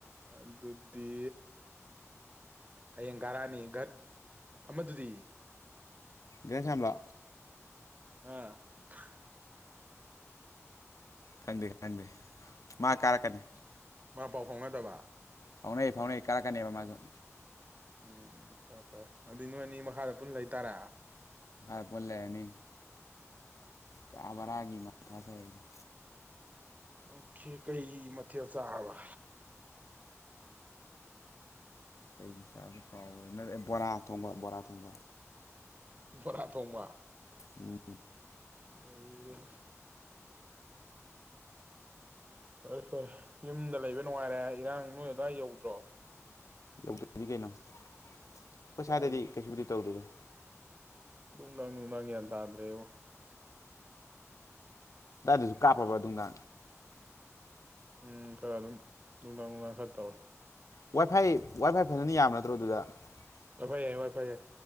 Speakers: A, on the right; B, on the left.
A: ꯑꯗꯨꯗꯤ ꯍꯌꯦꯟ ꯀꯔꯥꯅꯤ ꯗꯥꯠ ꯃꯗꯨꯗꯤ
B: ꯒꯅꯥꯌꯝꯂꯣ
A: ꯎ
B: ꯈꯟꯗꯦ ꯈꯟꯗꯦ ꯃꯥ ꯀꯥꯔꯛꯀꯅꯤ
A: ꯃꯥ ꯄꯥꯎ ꯐꯥꯎꯅꯗꯕꯥ
B: ꯐꯥꯎꯅꯩ ꯐꯥꯎꯅꯩ ꯀꯥꯔꯛꯀꯅꯦꯕ ꯃꯥꯖꯨ
A: ꯎꯝ ꯐꯔꯦ ꯐꯔꯦ ꯑꯗꯨꯗꯤ ꯅꯣꯏ ꯑꯅꯤ ꯃꯈꯥꯗ ꯄꯨꯟ ꯂꯩ ꯇꯥꯔꯦ
B: ꯃꯈꯥꯗ ꯄꯨꯟ ꯂꯩꯔꯅꯤ ꯀꯥ ꯚꯔꯥꯒꯤ ꯃꯊꯥ ꯁꯥꯏꯍꯦ
A: ꯑꯣꯈꯦ ꯀꯩ ꯃꯊꯦꯜ ꯆꯔꯕ
B: ꯀꯩ ꯆꯥꯕꯅꯣ ꯀꯥꯎꯒ꯭ꯔꯦ ꯚꯣꯔꯥ ꯊꯣꯡꯕ ꯚꯣꯔꯥ ꯊꯣꯡꯕ
A: ꯎꯝ ꯚꯣꯔꯥ ꯊꯣꯡꯕ
B: ꯎꯝ
A: ꯅꯩꯔꯦ ꯐꯔꯦ ꯐꯔꯦ ꯌꯨꯝꯗ ꯂꯩꯕ ꯅꯨꯡꯉꯥꯏꯔꯦ ꯏꯔꯥꯡ ꯅꯣꯏ ꯑꯗꯥꯏ ꯌꯧꯗ꯭ꯔꯣ
B: ꯌꯧꯗꯗꯤ ꯀꯩꯅꯣ ꯑꯩꯈꯣꯏ
A: ꯁ꯭ꯋꯥꯏ
B: ꯁ꯭ꯋꯥꯏꯗꯗꯤ ꯀꯩꯁꯨꯕꯨꯗꯤ ꯇꯧꯗꯦꯗ
A: ꯗꯨꯡ ꯗꯥꯡ ꯗꯨꯡ ꯗꯥꯡ ꯒ꯭ꯌꯥꯟ ꯇꯥꯗ꯭ꯔꯦꯕꯣ
B: ꯇꯥꯗ꯭ꯔꯁꯨ ꯀꯥꯞꯄꯕ ꯗꯨꯝꯉꯥ
A: ꯎꯝ ꯈꯔ ꯑꯗꯨꯝ ꯗꯨꯡ ꯗꯥꯡ ꯈꯔ ꯇꯧꯔꯦ
B: ꯋꯥꯏꯐꯥꯏ ꯋꯥꯏꯐꯥꯏ <unintelligible>
A: ꯋꯥꯏꯐꯥꯏ ꯌꯥꯏ ꯋꯥꯢꯐꯥꯢ ꯌꯥꯢ